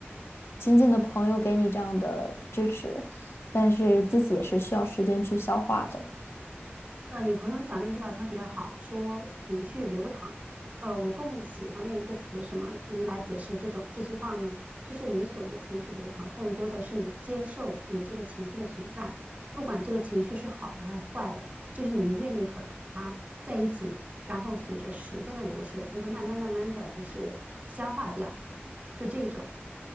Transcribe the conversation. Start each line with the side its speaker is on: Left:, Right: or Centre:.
Left: 亲近的朋友给你这样的支持，但是自己也是需要时间去消化的。
Right: 是的，你朋友讲那句话特别好，说情绪流淌。呃，我更喜欢用一个词什么嗯来解释这种这句话呢？就是你所谓的情绪流淌，更多的是你接受你这个情绪的存在，不管这个情绪是好的还是坏的，就是你愿意和它在一起，然后随着时间的流逝，让它慢慢慢慢的就是消化掉，是这种。